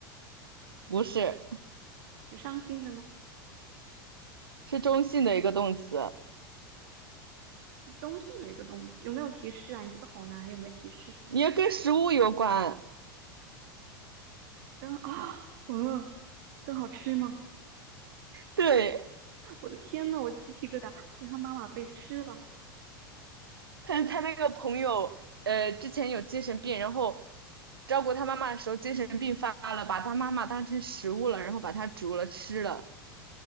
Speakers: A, on the right; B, on the right.
A: 不是，
B: 是伤心的吗？
A: 是中性的一个动词，
B: 中性的一个动词，有没有提示啊？你这个好难，有没有提示？
A: 你要跟食物有关。
B: 真啊，嗯，真好吃吗？
A: 对，
B: 我的天呐，我鸡皮疙瘩，所以他妈妈被吃了，
A: 他他那个朋友，呃，之前有精神病，然后照顾他妈妈的时候精神病发了，把他妈妈当成食物了，然后把他煮了吃了。